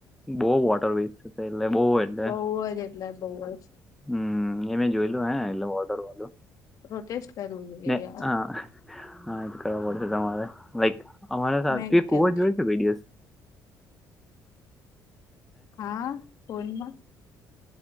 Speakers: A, in the centre; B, on the left.
A: બહ વોટર વસ છે એટલે બહ એટલે
B: બહુ જ એટલે બહુ જ
A: હમ એ મેં જોયલું હે એટલે ઓર્ડર વાલું
B: પ્રોટેસ્ટ કરવું જોઈએ
A: ને
B: યાર
A: હા હા એજ કરવા પડશે તમારે લાઈક અમારે
B: મેં
A: ત
B: કરુંગી
A: હોવા જોઈ છે દિવસ
B: હા ફોનમાં